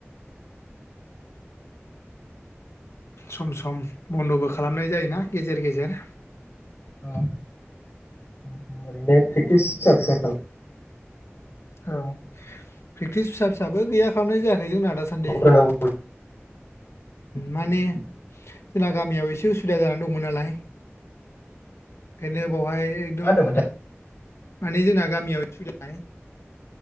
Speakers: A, on the left; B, on the left.
A: सम सम बन्द' बो खा खालामनाय जायोना गेजेर गेजेर
B: औ <unintelligible> आसा आसा खालाम
A: औ प्रेक्टिस फिसा फिसाबो गैया खालामनाय जाया खै जोंना दासान्दि
B: खालामग्रोनांगौ
A: माने जोंना गामियाव एसे उसुबिदा जानानै दंमोन नालाय ओंखायनो बावहाय एकदम
B: मा होनदोंमोनथाय
A: माने जोंना गामियाव <inaudible> सुदाय